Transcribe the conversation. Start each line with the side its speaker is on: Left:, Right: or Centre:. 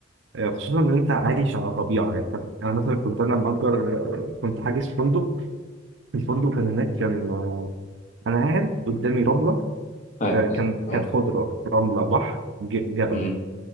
Right: آه، خصوصا ان انت عايش على طبيعه يعني أنت- انا مثلا كنت انا مأجر آه، كنت حاجز فندق الفندق كان هناك كان آه، انا قاعد قدامي رمله
Left: فاهم
Right: آه،
Left: قصدك
Right: كان
Left: اه
Right: كانت خضره رمله بحر ج- جبل
Left: امم